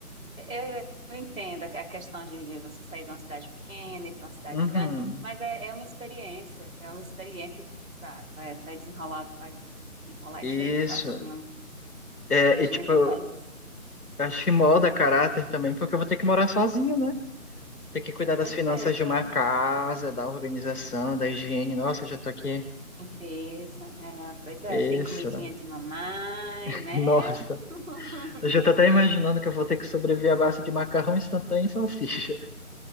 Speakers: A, on the right; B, on the left.
A: Eu, eu entendo a questão de, de você sair de uma cidade pequena e ir para uma cidade
B: Uhum.
A: grande, mas é, é uma experiência, é uma experiência que vai, vai, vai desenrolar, vai desenrolar
B: Isso.
A: isso aí facinho,
B: É,
A: rapidinho,
B: e tipo,
A: tu
B: eu
A: faz
B: acho que molda caráter também, porque eu vou ter que morar sozinho, né? Vou ter que cuidar
A: com certeza.
B: das finanças de uma casa, da organização, da higiene. Nossa, eu já tô aqui.
A: Limpeza, é, pois é,
B: Isso.
A: sem comidinha de mamãe,
B: <laughs>
A: né?
B: Nossa.
A: <laughs>
B: Eu já tô até imaginando que eu vou ter que sobreviver à base de macarrão instantâneo e salsicha.